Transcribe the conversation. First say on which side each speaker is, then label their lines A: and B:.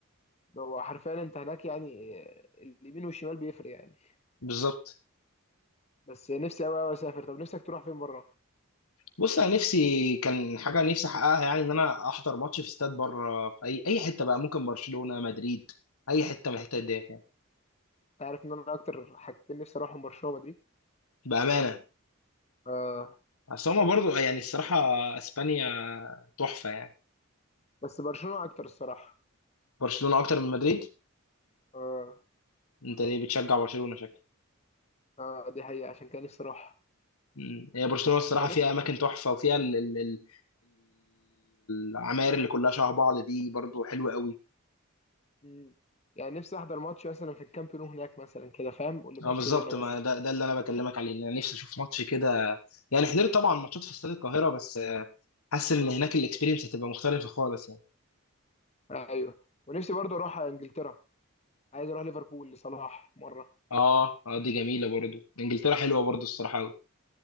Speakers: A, on the left; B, on the left.
A: ده هو حرفيا انت هناك يعني آه، اليمين والشمال بيفرق يعني
B: بالظبط
A: بس نفسي قوي قوي اسافر طب نفسك تروح فين بره
B: بص انا نفسي كان حاجة نفسي احققها يعني ان انا احضر ماتش في استاد بره في اي اي حتة بقى ممكن برشلونة مدريد اي حتة من الحتت دي
A: انت عارف ان انا اكتر حاجتين نفسي اروحهم برشلونه ومدريد
B: بأمانة
A: آه
B: اصل هما برضو يعني الصراحة اسبانيا تحفة يعني
A: بس برشلونه اكتر الصراحه
B: برشلونة اكتر من مدريد
A: آه
B: انت ليه بتشجع برشلونة شكلك
A: آه دي حقيقه عشان كان نفسي اروح
B: مم. هي برشلونة الصراحة
A: يعني
B: فيها اماكن تحفة وفيها ال ال ال العماير اللي كلها شبه بعض دي برضو حلوة قوي
A: نفسي يعني نفسي احضر ماتش مثلا في الكامب نو هناك مثلا كده فاهم لبرشلونه
B: اه بالظبط
A: مثلا
B: ما ده, ده اللي انا بكلمك عليه ان انا نفسي اشوف ماتش كده يعني حضرت طبعا ماتشات في استاد القاهرة بس آه، حاسس ان هناك الاكسبيرينس هتبقى مختلفة خالص يعني
A: آه ايوه ونفسي برضه اروح على انجلترا عايز اروح ليفربول لصلاح مره
B: اه اه دي جميلة برضو انجلترا حلوة برضو الصراحة قوي